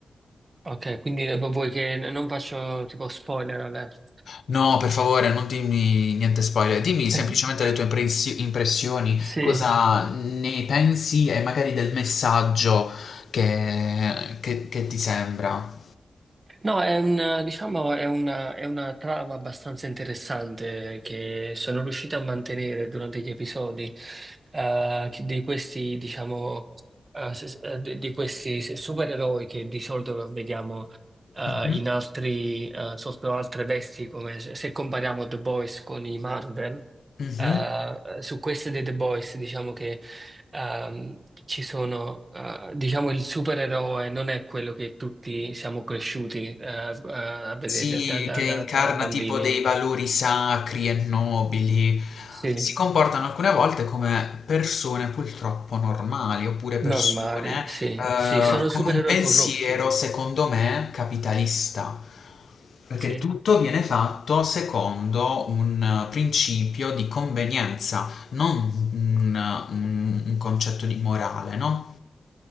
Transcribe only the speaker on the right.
Ok, quindi eh, vuoi che n- non faccio tipo spoiler alert?
<laughs>
Sì,
No, è un, diciamo, è una, è una trama abbastanza interessante che sono riuscito a mantenere durante gli episodi eh, che- di questi, diciamo, eh, s- s- eh, di di questi supereroi che di solito vediamo eh,
in altri, eh, sotto altre vesti, come se, se compariamo The Boys con i Marvel.
eh, su queste dei The Boys, diciamo ehm, ci sono, eh, diciamo, il supereroe non è quello che tutti siamo cresciuti, eh, a vedere
da, da-
da-
da bambini.
Sì,
normali, sì,
sì, sono
supereroi
corrotti,
sì.